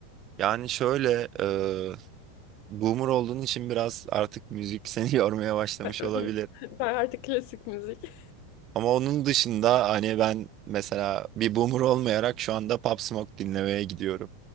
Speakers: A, on the right (about 35°); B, on the left (about 50°).
A: Yani şöyle e, boomer olduğun için biraz artık müzik seni <laughs> yormaya başlamış
B: <laughs>
A: olabilir.
B: Ben artık klasik müzik.
A: Ama onun dışında hani ben mesela bir boomer olmayarak şu anda Pop Smoke dinlemeye gidiyorum.